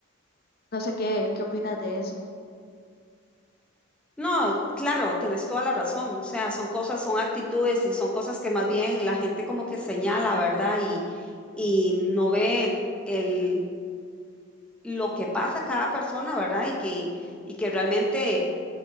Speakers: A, on the left; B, in the centre.
A: No sé qué, qué opinas de eso.
B: No, claro, tienes toda la razón. O sea, son cosas, son actitudes y son cosas que más bien la gente como que señala, ¿verdad? Y, y no ve el, lo que pasa a cada persona, ¿verdad? Y que, y que realmente